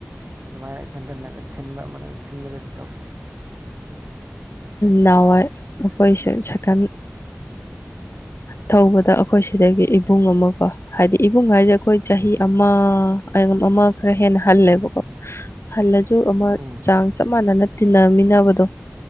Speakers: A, on the right (about 50°); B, on the left (about 70°).
A: ꯑꯗꯨꯃꯥꯏꯅ ꯏꯊꯟꯗ ꯊꯤꯟꯕ ꯑꯃꯒ ꯊꯤꯟꯕꯗꯨꯗꯤ ꯇꯧꯗꯦ
B: ꯅꯋꯥꯏ ꯑꯩꯈꯣꯏꯁꯦ ꯁꯥꯏꯀꯟ ꯊꯧꯕꯗ ꯑꯩꯈꯣꯏ ꯁꯤꯗꯒꯤ ꯏꯕꯨꯡ ꯑꯃ ꯀꯣ ꯍꯥꯏꯗꯤ ꯏꯕꯨꯡ ꯍꯥꯏꯁꯦ ꯑꯩꯈꯣꯏ ꯆꯍꯤ
A: ꯎꯝ
B: ꯑꯃ ꯑꯃ ꯈꯔ ꯍꯦꯟꯅ ꯍꯜꯂꯦꯕꯀꯣ ꯍꯜꯂꯁꯨ ꯑꯃ
A: ꯎꯝ
B: ꯆꯥꯡ ꯆꯞ ꯃꯥꯟꯅꯅ ꯇꯤꯟꯅꯃꯤꯟꯅꯕꯗꯣ